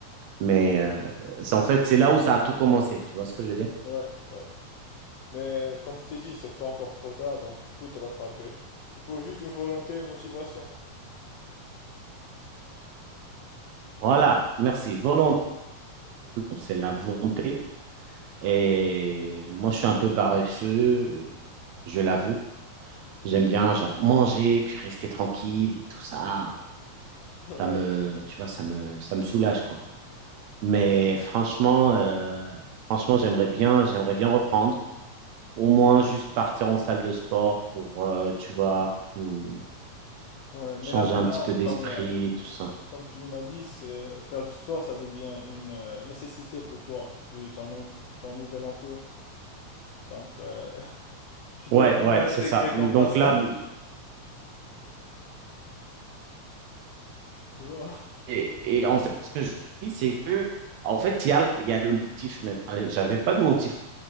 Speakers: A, on the right; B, on the left.
A: Mais euh, c'est, en fait, c'est là où ça a tout commencé. Tu vois ce que je veux dire?
B: Ouais, ouais. Mais comme je t'ai dit, c'est pas encore trop tard, donc tu peux te rattraper. Il faut juste une volonté et une motivation.
A: Voilà. Merci. Volonté, c'est la volonté. Et moi, je suis un peu paresseux, je l'avoue. J'aime bien, genre, manger, puis rester tranquille et tout ça.
B: <laughs> Ouais.
A: Ça me, tu vois, ça me, ça me soulage, quoi. Mais
B: Non.
A: franchement, euh, franchement, j'aimerais bien, j'aimerais bien reprendre. Au moins juste partir en salle de sport pour, euh, tu vois, mm,
B: Ouais. Mais
A: changer
B: là maintenant,
A: un petit peu d'esprit,
B: comme, euh,
A: tout ça.
B: comme tu m'as dit, c'est- faire du sport, ça devient une euh, nécessité pour toi, vu ton, nou- ton nouvel emploi. Donc euh, <laughs> tu dois
A: Ouais,
B: vraiment
A: ouais,
B: l'intégrer
A: c'est ça.
B: comme
A: Donc
B: passe-temps.
A: là, mm,
B: <laughs> Tu vois
A: et, et en fait, ce que je dis, c'est que, en fait, il y a, il y a le motif. mais, euh, J'avais pas de motif.